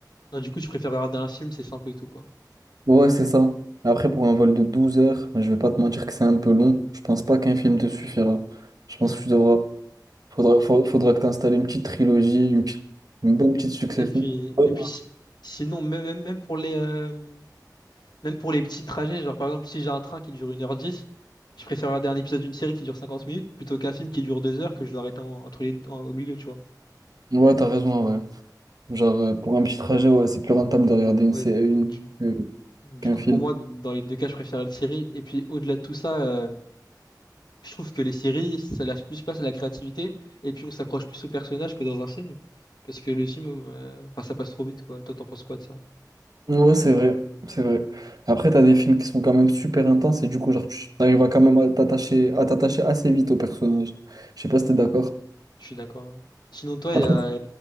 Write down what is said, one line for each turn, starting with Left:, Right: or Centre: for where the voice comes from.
Left: non, du coup, je préfère regarder un film, c'est simple et tout, quoi.
Right: Ouais, c'est ça. Après pour un vol de 12 heures, je vais pas te mentir que c'est un peu long. Je pense pas qu'un film te suffira. Je pense
Left: Ouais.
Right: que tu devras faudra fa- faudra, que tu installes une petite trilogie, une petite une bonne petite succession.
Left: Et puis,
Right: Ouais,
Left: et puis si- sinon, même, même, même pour les, euh, même pour les petits trajets, genre par exemple, si j'ai un train qui dure une heure dix je préfère regarder un épisode d'une série qui dure 50 minutes plutôt qu'un film qui dure 2 heures que je dois arrêter en- entre les, en- au milieu, tu vois.
Right: ouais, t'as raison, ouais. Genre euh, pour un petit trajet, ouais, c'est plus rentable de regarder une
Left: Ouais.
Right: sé- une
Left: Du,
Right: que-
Left: Du
Right: qu'un
Left: coup,
Right: film.
Left: pour moi, dans les deux cas, je préfère les séries. Et puis, au-delà de tout ça, euh, je trouve que les séries, ça lâche plus place à la créativité. Et puis, on s'accroche plus aux personnages que dans un film. Parce que le film, euh, enfin, ça passe trop vite, quoi. Toi, t'en penses quoi de ça?
Right: Ouais, c'est vrai, c'est vrai. Après, t'as des films qui sont quand même super intenses et du coup, genre, tu arrives à quand même à t'attacher, à t'attacher assez vite au personnage. Je sais pas
Left: Ouais,
Right: si t'es d'accord.
Left: je suis d'accord. ouais. Sinon, toi,
Right: Après,
Left: il y a,